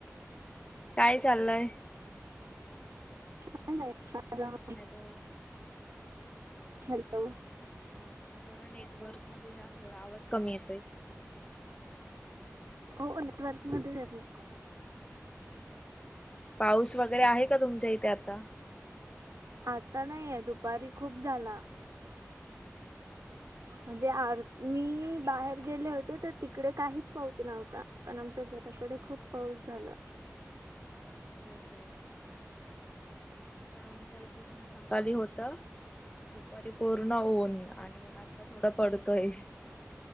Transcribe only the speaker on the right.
काय नाही बघा.
हॅलो!
हो नेटवर्कमध्येच आहे मी
आता नाहीये दुपारी खूप झाला म्हणजे आर मी बाहेर गेले होते ते तिकडे काहीच पाऊस नव्हता पण आमच्या घराकडे खूप पाऊस झाला.